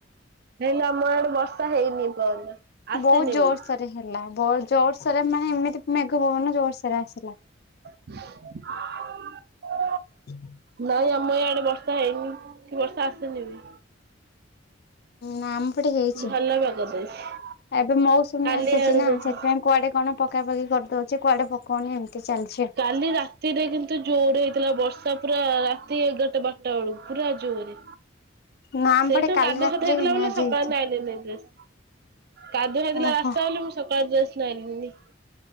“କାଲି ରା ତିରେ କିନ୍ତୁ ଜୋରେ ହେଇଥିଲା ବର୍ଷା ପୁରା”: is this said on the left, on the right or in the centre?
Right